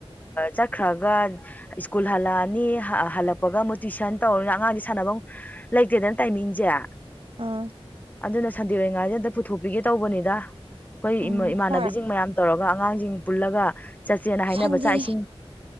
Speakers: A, on the left (about 15°); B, on the right (about 60°).
A: ꯆꯠꯈ꯭ꯔꯒ ꯁ꯭ꯀꯨꯜ ꯍꯜꯂꯛꯑꯅꯤ ꯍꯜꯂꯛꯄꯒ ꯑꯃꯨꯛ ꯇꯨꯋꯏꯁꯟ ꯇꯧꯔ ꯑꯉꯥꯡꯗꯤ ꯁꯥꯟꯅ ꯂꯩꯇꯦꯗꯅ ꯇꯥꯏꯃꯤꯡꯖ‌ꯦ
B: ꯑꯥ
A: ꯑꯗꯨꯅ ꯁꯟꯗꯦ ꯑꯣꯏꯉꯥꯏꯗ ꯑꯝꯇ ꯄꯨꯊꯣꯛꯄꯤꯒꯦ ꯇꯧꯕꯅꯤꯗ ꯑꯩꯈꯣꯏ
B: ꯎꯝ
A: ꯏꯃꯥꯟꯅꯕꯤꯁꯤꯡ
B: ꯍꯣꯏ
A: ꯃꯌꯥꯝ ꯇꯧꯔꯒ ꯑꯉꯥꯡꯁꯤꯡ ꯄꯨꯜꯂꯒ ꯆꯠꯁꯦꯅ ꯍꯥꯏꯅꯕ
B: ꯁꯟꯗꯦ
A: ꯆꯥꯛ ꯏꯁꯤꯡ